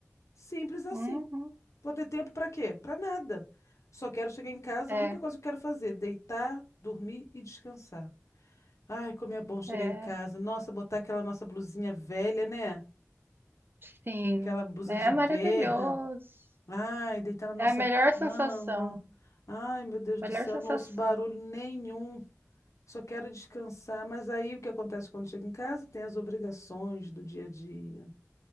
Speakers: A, on the left (about 70°); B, on the right (about 40°).
A: Simples assim.
B: uhum.
A: Vou ter tempo para quê? Para nada. Só quero chegar em casa,
B: É,
A: a única coisa que eu quero fazer, deitar, dormir e descansar. Ai, como é bom chegar
B: é,
A: em casa. Nossa, botar aquela nossa blusinha velha, né?
B: sim.
A: Aquela blusa
B: É
A: de guerra.
B: maravilhoso.
A: Ai, deitar na nossa
B: É a melhor
A: cama.
B: sensação.
A: Ai, meu Deus do
B: Melhor
A: céu,
B: sensação.
A: não ouço barulho nenhum. Só quero descansar. Mas aí o que acontece quando chego em casa? Tem as obrigações do dia a dia.